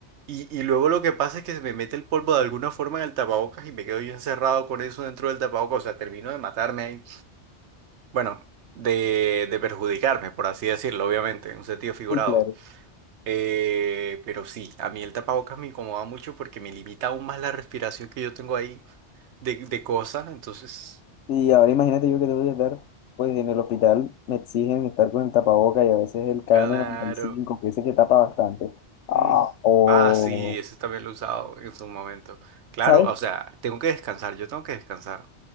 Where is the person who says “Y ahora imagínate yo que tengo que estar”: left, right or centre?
Left